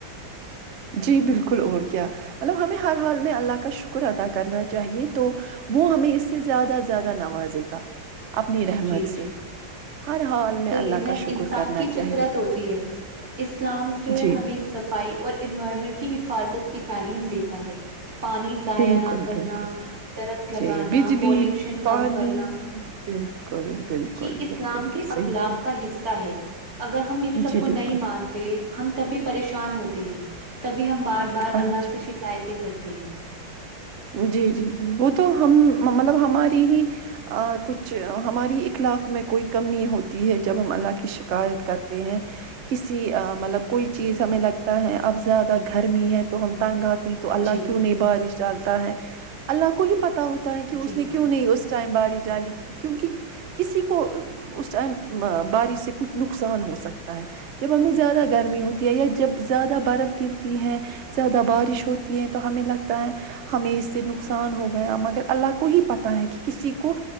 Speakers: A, on the right (about 70°); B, on the right (about 40°).
A: جی بالکل اور کیا مطلب ہمیں ہر حال میں اللہ کا شکر ادا کرنا چاہیے تو وہ ہمیں اس سے زیادہ زیادہ نوازے گا اپنی رحمت
B: جی
A: سے
B: جی
A: ہر حال میں
B: وہی
A: اللہ
B: ناں
A: کا شکر
B: انسان
A: کرنا
B: کی فطرت
A: چاہیے
B: ہوتی ہے اسلام جو ہے
A: جی
B: ہمیں صفائی اور انوائرمنٹ کی حفاظت کی تعلیم دیتا ہے پانی ضائع
A: بالکل
B: نہ کرنا
A: بالکل
B: درخت لگانا
A: جی بجلی
B: پولوشن
A: پانی
B: کم کرنا
A: بالکل بالکل
B: یہ اسلام
A: بالکل
B: کے اخلاق
A: صحیح بولا
B: کا حصہ ہے اگر ہم ان سب
A: جی
B: کو نہیں
A: بالکل
B: مانتے ہم تبھی پریشان ہوتے ہیں تبھی ہم بار بار
A: ہاں
B: اللہ
A: جی
B: سے شکایتیں کرتے ہیں
A: جی جی جی وہ تو ہم مطلب ہماری ہی آ کچھ ہماری اخلاق میں کوئی کمی ہوتی ہے جب ہم اللہ کی شکایت کرتے ہیں کسی مطلب کوئی چیز ہمیں لگتا ہے اب زیادہ گرمی ہے تو ہم تانگ‌ آ تو اللہ
B: جی۔
A: کیوں نہیں بارش ڈالتا ہے اللہ کو ہی پتا ہوتا ہے کہ
B: جی،
A: اس نے کی کیوں نہیں اس ٹائم بارش ڈالی کیونکہ کسی کو اس ٹائم بارش سے کچھ نقصان ہو سکتا ہے جب ہمیں زیادہ گرمی ہوتی ہے یا جب زیادہ برف گرتی ہے زیادہ بارش ہوتی ہے تو ہمیں لگتا ہے ہمیں اس سے نقصان ہو گیا مگر اللہ کو ہی پتہ ہے کہ کسی کو